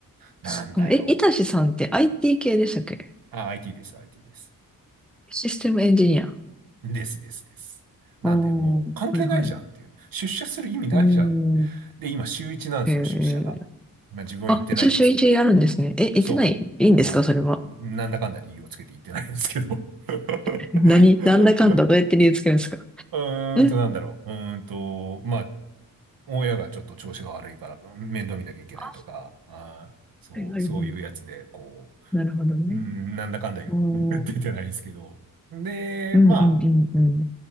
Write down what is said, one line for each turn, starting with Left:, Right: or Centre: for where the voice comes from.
Right: なんだよ。
Centre: そっかえ、いたしさんって IT 系でしたっけ
Right: あ、IT です、IT です。
Centre: システムエンジニア。あ
Right: ですですです。なんで、
Centre: あ、はいはい。
Right: もう関係ないじゃんっていう。
Centre: う
Right: 出社する意味ないじゃん。
Centre: ーん。
Right: で、今週一なんですよ、
Centre: えー、
Right: 出社が。まあ自分は行ってないんですけど。
Centre: あ、一応週一やるんですね。え、行ってないいいんですかそれは。
Right: そう。あの、なんだかんだ理由をつけて行ってないんですけど。<laughs>
Centre: <laughs> 何なんだかんだどうやって理由つけるんですか
Right: うーんと、
Centre: え、
Right: なんだろう。うーんと、まあ、親がちょっと調子が悪いから面倒見なきゃいけないとか、
Centre: あ、
Right: あー、そう、
Centre: はいはいはい。
Right: そういうやつで、こ
Centre: なるほどね。
Right: う、うーん、なんだかんだ言って
Centre: おー、
Right: <laughs> 出てないんですけど。で、
Centre: うんうんうんうん。
Right: まあ、